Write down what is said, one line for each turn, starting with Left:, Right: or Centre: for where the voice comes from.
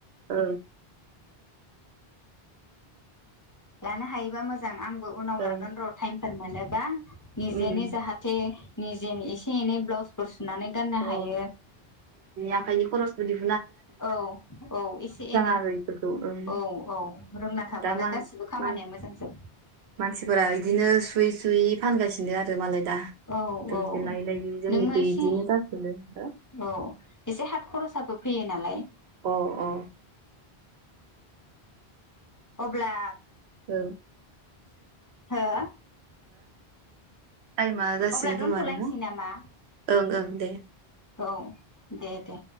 Right: औ।
Left: लानो हायोबा मोजां आंबो उनाव
Right: ओं
Left: लागोन र' टाइमफोर मोनोबा। निजेनो
Right: उम
Left: जाहाथे निजे एसे एनै ब्लाउसफोर सुनानै गाननो
Right: अ
Left: हायो
Right: आखाइनि खरस <unintelligible>
Left: औ औ एसे एनै
Right: आरो बेफोरखौ ओं
Left: औ औ रोंना थाबालाय
Right: दा मा
Left: गासिबो बे खामानिया
Right: मान-
Left: मोजांसै
Right: मानसिफोरा इदिनो सुयै सुयै फानगासिनो बिफिनो आरो मालाय दा
Left: औ
Right: ददि
Left: औ
Right: लायै लायै जोंनिखै
Left: नोङो एसे
Right: बिदिनो जाखो <unintelligible>
Left: औ एसे हाथ खरसाबो फैयो नालाय
Right: अ औ
Left: अब्ला
Right: औ
Left: हो
Right: टाइमा जासिनो
Left: अब्ला दोनथ'लायनोसै
Right: खोमा नोंथां
Left: नामा
Right: ओं ओं दे
Left: औ दे दे